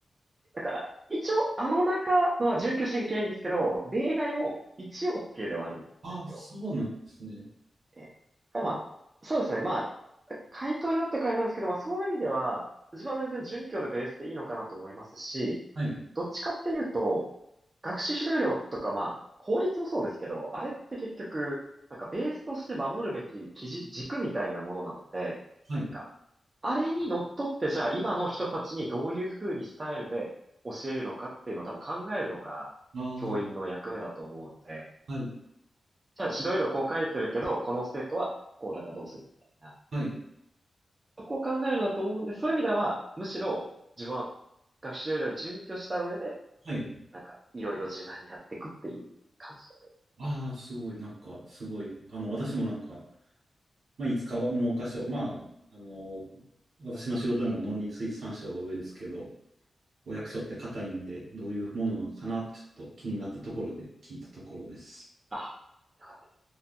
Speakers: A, on the right (about 30°); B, on the right (about 70°).
A: だから、一応、あの中のは準拠しなきゃいけないんですけど、例外も一応 OK ではあるんですよ。
B: あ、そうなんですね。
A: ええま
B: で
A: あ、そうですね。まあ、回答になってからなんですけど、まあそういう意味では、自分は全然準教でベースでいいのかなと思いますし、
B: はい、
A: どっちかっていうと、学習指導料とか、まあ、法律もそうですけど、あれって結局、なんかベースとして守るべき基準、軸みたいなものなので、
B: はい、
A: なんか、あれにのっとってじゃあ今の人たちにどういうふうにスタイルで教えるのかっていうのを多分考えるのが教員の役目だと思うので、
B: ああ、はい、
A: じゃあ指導要領こう書いてるけど、この生徒はこうだからどうするみたいな。
B: はい、
A: そこを考えるだと思うんで、そういう意味では、むしろ自分は学習指導要に準拠した上で、
B: はい。
A: なんかいろいろ柔軟にやっていくっていう感じで。
B: ああ、すごい、なんか、すごい。あの、私もなんか、まあ、いつかは文科省、まあ、あの、私の仕事でも農林水産省は上ですけど、お役所って硬いんで、どういうものなのかなってちょっと気になったところで聞いたところです。
A: あ、よかった。